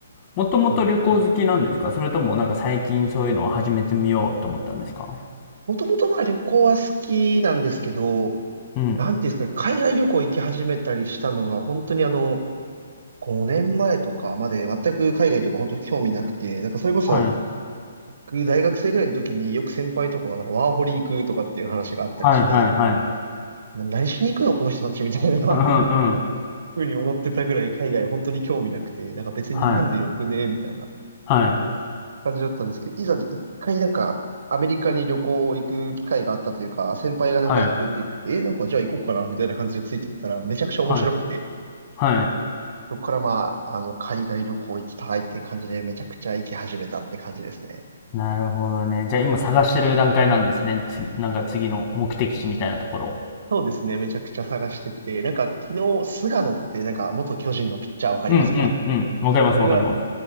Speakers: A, on the left; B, on the right.
A: もともと旅行好きなんですかそれともなんか最近そういうのを始めてみようと思ったんですか
B: 感じ。もともとまあ旅行は好きなんですけど、
A: うん。
B: なんていうんですかね、海外旅行行き始めたりしたのが、本当にあの、5年前とかまで全く海外とか本当に興味なくて、なんかそれこそ、
A: はい。
B: 僕大学生ぐらいの時によく先輩とかがなんかワーホリ行くとかっていう話があったりして、
A: はいはいはい。
B: な何しに行くのこの人たちみたいな <laughs>
A: うんうんうん。
B: ふうに思ってたぐらい海外本当に興味なくて、なんか別に日本でよくね、
A: はい。
B: みたいな
A: はい。
B: 感じだったんですけど、いざ一回なんかアメリカに旅行行く機会があったというか、先輩がなんか行くって言ってて、
A: はい。
B: えーなんかじゃあ行こうかな、みたいな感じでついてったらめちゃくちゃ面白くて、
A: はい。はい。
B: そこからまあ、あの、海外旅行行きたいって感じでめちゃくちゃ行き始めたって感じですね。
A: なるほどね。じゃあ今探してる段階なんですね。つ、なんか次の目的地みたいなところ
B: そうですね、めちゃくちゃ探してて、なんか昨日、菅野ってなんか元巨人のピッチャーわかりますか
A: うんうんうん。わかりますわかります。
B: それが